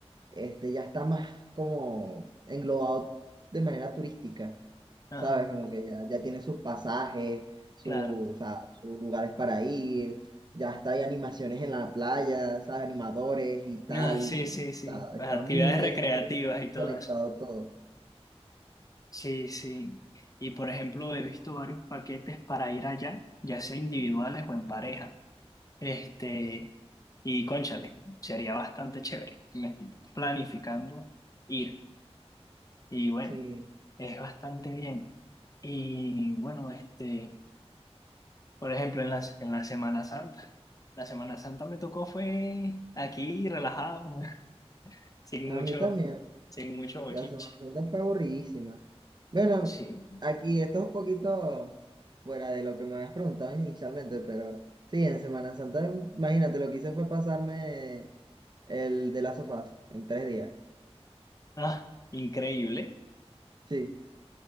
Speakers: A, on the right (about 40°); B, on the left (about 35°).
A: este ya está más como englobado de manera turística.
B: ajá,
A: ¿sabes? Como que ya, ya tiene sus pasajes, su-
B: claro.
A: o sea, sus lugares para ir, ya está, hay animaciones en la playa, ¿sabes? Animadores y tal.
B: Ah, sí, sí, sí,
A: Está,
B: las
A: está
B: actividades
A: muy bien
B: recreativas y todo
A: conectado
B: eso.
A: todo.
B: Sí, sí. Y por ejemplo, he visto varios paquetes para ir allá, ya sea individuales o en pareja. Este, y cónchale, sería bastante chévere. Me estoy planificando ir. Y bueno,
A: Sí,
B: es bastante bien. Y bueno, este, por ejemplo, en la, en la Semana Santa. La Semana Santa me tocó fue aquí, relajado, <laughs> sin
A: a
B: mucho,
A: mí también.
B: sin mucho bochinche.
A: La Semana Santa fue aburridísima. Bueno,
B: Sí.
A: aquí esto es un poquito fuera de lo que me habías preguntado inicialmente, pero sí, en Semana Santa, imagínate, lo que hice fue pasarme el de las sofás en tres días.
B: Ah, increíble,
A: Sí.